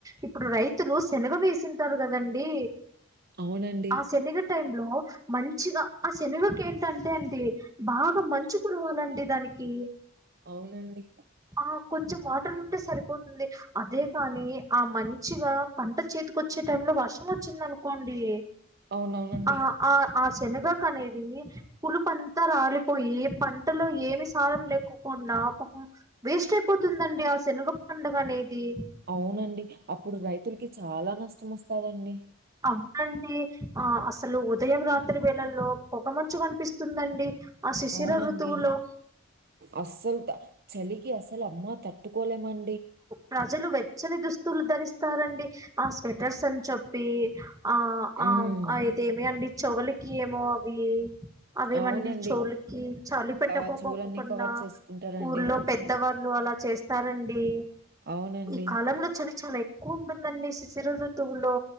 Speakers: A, on the right; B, on the right.
A: ఇప్పుడు రైతులు శనగ వేసింటారు కదండీ
B: అవునండి.
A: ఆ సెనగ టైమ్ లో మంచిగా ఆ శనగకి ఏంటంటే అండి బాగ మంచు కురవాలండి దానికి
B: అవునండి
A: ఆ కొంచెం వాటర్ ఉంటే సరిపోతుంది అదే కాని ఆ మంచిగా పంట చే వచ్చే టైమ్ లో వర్షం వచ్చింది అనుకోండి
B: అవునవునండి.
A: ఆ ఆ ఆ శనగక అనేది పు అంతా రాలిపోయి పంటలో ఏమి సారంం లేకోకుండా పాపం వేస్ట్ అయిపోతుందండి అసలు ఆ శనగ పంట అనేది
B: అవునండి అప్పుడు రైతులకి చాలా నష్టం వస్తాదండి
A: అవునండి ఆ అసలు ఉదయం రాత్రి వేళల్లో పొగమంచు కొంట కప్పిస్తుందండి ఆ శిశిర
B: అవునండి.
A: ఋతువులో
B: అస్సలు చలికి అస్సలు అమ్మా తట్టుకోలేమం
A: ప్రజలు వెచ్చని దుస్తులు ధరిస్తారండి ఆ స్వెటర్స్ అని చెప్పి ఆ
B: హ్మ్.
A: ఆ అ ఇదేమి అండి చెవులకి ఏమో అవి అవేమండి
B: అవునండి.
A: చోలకి చలి పెట్టకోకుండ
B: ఆ! చెవులన్నీ కవర్ చేసుకుంటారండి.
A: ఊర్లో పెద్ద వాళ్ళు అలా చేస్తారండి
B: అవునండి.
A: ఈ కాలంలో చలి చాలాఎక్కువ ఉంటుందండి శిశిర ఋ లో